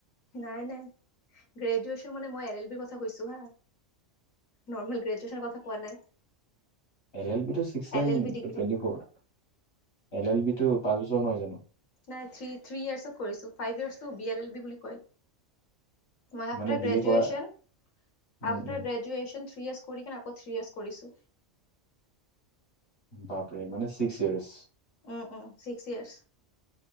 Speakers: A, on the left; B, on the left.
A: নাই, নাই গ্ৰেজুৱেচন মানে মই এল এল বিৰ কথা কৈছো হা নৰ্মেল গ্ৰেজুৱচনৰ কথা কোৱা নাই।
B: এল এল বি টো six same
A: L L B degree
B: twenty four L L B টো পাঁচ বছৰ নহয় জানো?
A: নাই থ্ৰী -থ্ৰী ইয়াৰ্চটো কৰিছো ফাইভ ইয়াৰ্চটো বি এল এল বি বুলি কয়। মাই আফ্টাৰ
B: মানে বি
A: graduation
B: এ কৰা um
A: after
B: um
A: graduations three years কৰি কিনে আকৌ থ্ৰী ইয়েৰ্চ কৰিছো।
B: বাপৰে মানে six years
A: um, um six years